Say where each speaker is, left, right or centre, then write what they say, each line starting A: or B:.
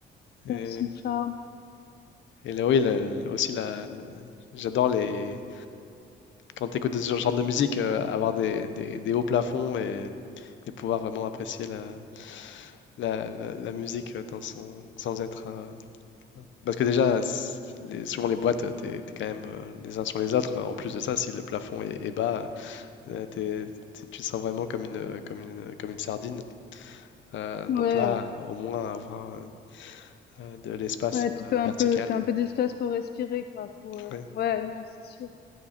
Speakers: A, on the left; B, on the left.
A: Et
B: perd son charme.
A: Et là, oui, le- le- aussi, la, j'adore les... quand tu écoutes ce genre de musique, euh, avoir des, des- des hauts plafonds et, et pouvoir vraiment apprécier la, la- la- la musique dans son... sans être... euh, Parce que déjà, s- les- souvent les boîtes, t'es, t'es quand même euh, les uns sur les autres. En plus de ça, si le plafond est, est bas, euh, t'es- t'es- tu te sens vraiment comme une, comme une, comme une sardine. Euh,
B: Ouais,
A: donc là, au moins, avoir euh, de l'espace
B: ouais, tu
A: euh,
B: peux un
A: vertical.
B: peu, t'as un peu d'espace pour respirer, quoi. Pour, euh,
A: Ouais.
B: Ouais, non, c'est sûr.